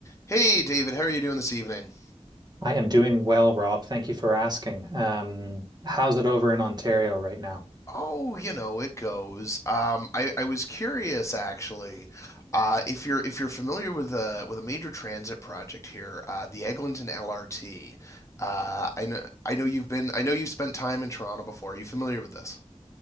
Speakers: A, on the left; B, on the right.
A: Hey, David, how are you doing this evening?
B: I am doing well, Rob. Thank you for asking. Um, how's it over in Ontario right now?
A: Oh, you know, it goes. Um, I, I was curious actually, uh, if you're if you're familiar with a with a major transit project here, uh, the Eglinton LRT. Uh, I know I know you've been I know you've spent time in Toronto before. Are you familiar with this?